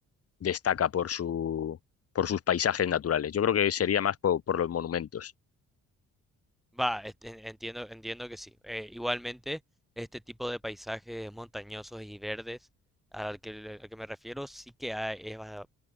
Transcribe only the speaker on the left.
destaca por su, por sus paisajes naturales. Yo creo que sería más por, por los monumentos.